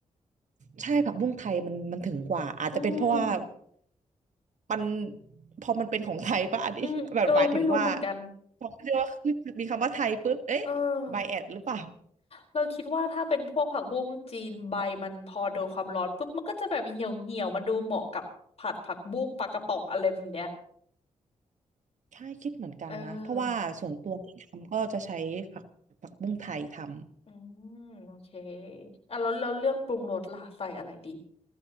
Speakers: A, on the right; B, on the left.
A: ใช่ผักบุ้งไทยมันมันถึงกว่าอาจจะเป็นเพราะว่า
B: อืม
A: มันพอมันเป็นของไทยป่ะอันนี้แบบหมายถึงว่า
B: อืมเออไม่รู้เหมือนกัน
A: พอเรียกว่าขึ้นมีคำว่าไทยปุ๊บเอ๊ะไบแอดหรือเปล่า
B: เออเราคิดว่าถ้าเป็นพวกผักบุ้งจีนใบมันพอโดนความร้อนปุ๊บมันก็จะแบบเหี่ยวเหี่ยวมันดูเหมาะกับผัดผักบุ้งปลากระป๋องอะไรแบบเนี้ย
A: ใช่คิดเหมือนกันนะเพราะว่าส่วนตัวที่ทำก็จะใช้ผักผักบุ้งไทยทำ
B: เอออืมโอเคอ่ะแล้วแล้วเรื่องปรุงรสล่ะใส่อะไรดี